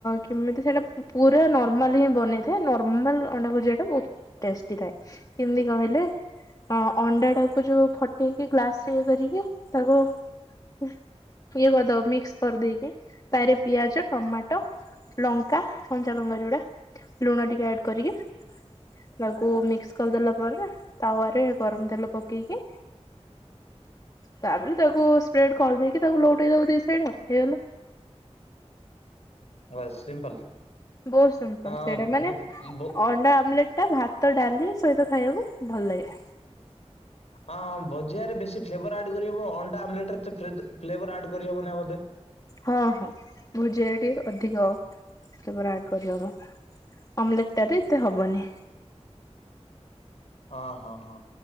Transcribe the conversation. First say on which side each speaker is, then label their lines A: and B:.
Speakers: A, on the left (about 35°); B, on the left (about 70°).
A: କେମିତି ସେଇଟା ପୁରା ନର୍ମାଲ ହିଁ ବନେଇଥାଏ ନର୍ମାଲ ଅଣ୍ଡା ଭୋଜିଆଟା ବହୁତ ଟେଷ୍ଟି ଥାଏ କେମି କହିଲେ ହଁ ଅଣ୍ଡାଟାକୁ ଯୋଉ ଫଟେଇକି ଗ୍ଲାସରେ ଇଏ କରିକି ତାକୁ ଇଏ କରିଦବ ମିକ୍ସ କରିଦେଇକି ତାରେ ପିଆଜ ଟମାଟ ଲଙ୍କା କଞ୍ଚାଲଙ୍କା ଯୁଡା ଲୁଣ ଟିକେ ଆଡ କରିକି ତାକୁ ମିକ୍ସ କରିଦେଲା ପରେ ତାୱାରେ ଗରମ ତେଲ ପକେଇକି ତାପରେ ତାକୁ ସ୍ପ୍ରେଡ କରିଦେଇକି ତାକୁ ଲଉଟେଇଦବ ଦି ସାଇଡ ଆଉ ହେଇଗଲା।
B: ବସ୍ ସିମ୍ପଲ।
A: ବହୁତ ସିମ୍ପଲ,
B: ଅ
A: ସେଇଟା ମାନେ
B: ବ ବ
A: ଅଣ୍ଡା ଆମଲେଟ ଟା ଭା ତ ଡାଲି ସହିତ ଖାଇବାକୁ ଭଲ ଲାଗେ।
B: ହଁ ଭଜିଆରେ ବେଶୀ ଫ୍ଲେଭର ଆଡ କରିହବ ଅଣ୍ଡା ଆମଲେଟରେ ଏତେ ଫ୍ଲେଭର ଆଡ କରିହବନା ବୋଧେ।
A: ହଁ ହଁ ଭୁଜିଆରେ ଟିକେ ଅଧିକ ଫ୍ଲେବର ଆଡ କରିହବ। ଅମଲେଟ୍ ଟାରେ ଏତେ ହବନି।
B: ଅ ହଁ ହଁ।